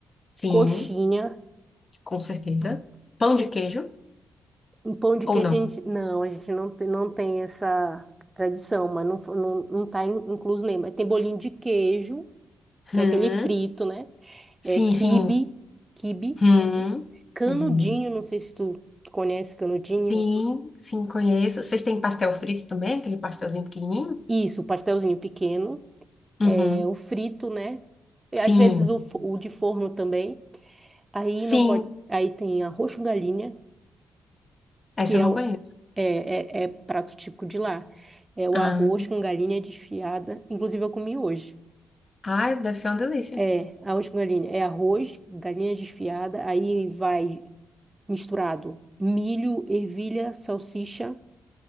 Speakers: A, on the left; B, on the right.
A: Sim,
B: Coxinha,
A: com certeza. Pão de queijo
B: um pão de
A: ou
B: queijo.
A: não?
B: A gente, não, a gente não tem, não tem essa tradição, mas não, fo- não, não tá in- incluso nem. Mas tem bolinho de queijo,
A: Hum.
B: que é aquele frito, né?
A: Sim,
B: É, quibe,
A: sim.
B: quibe,
A: Hum.
B: canudinho,
A: Uhum.
B: não sei se tu conhece canudinho.
A: Sim, sim, conheço. Vocês têm pastel frito também? Aquele pastelzinho pequenininho?
B: Isso, pastelzinho pequeno.
A: Uhum.
B: é, o frito, né? E
A: Sim,
B: às vezes o, fo- o de forno também. Aí
A: sim.
B: não pode, aí tem arroz com galinha,
A: Essa
B: que é,
A: eu não
B: o-
A: conheço.
B: é, é, é prato típico de lá. É o
A: Ah,
B: arroz com galinha desfiada. Inclusive eu comi hoje.
A: ai, deve ser uma delícia.
B: É, arroz com galinha. É arroz, galinha desfiada, aí vai misturado milho, ervilha, salsicha,